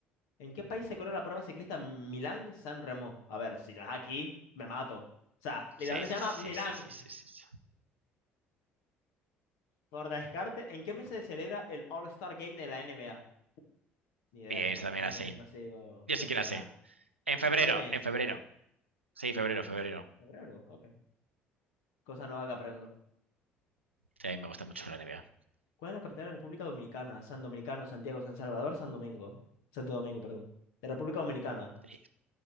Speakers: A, on the left; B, on the right.
A: ¿En qué país se corre la prueba ciclista Milán-San Remo? A ver, si no es aquí, me mato. O sea, literalmente
B: Sí, sí,
A: se llama
B: sí,
A: Milán.
B: sí, sí, sí, sí, sí. sí.
A: Por descarte, ¿en qué mes se celebra el All-Star Game de la NBA? Ni idea,
B: Bien,
A: es que,
B: esta también
A: es que
B: la
A: casi
B: sé.
A: no sigo
B: Yo sí
A: NBA.
B: que la sé. En febrero,
A: ¿En qué mes?
B: en febrero. Sí, febrero, febrero.
A: Febrero, ok. Cosa nueva que aprendo.
B: Sí, a mí me gusta mucho la NBA.
A: ¿Cuál es la capital de la República Dominicana? San Dominicano, Santiago, San Salvador, San Domingo. Santo Domingo, perdón. De República Dominicana.
B: Sí.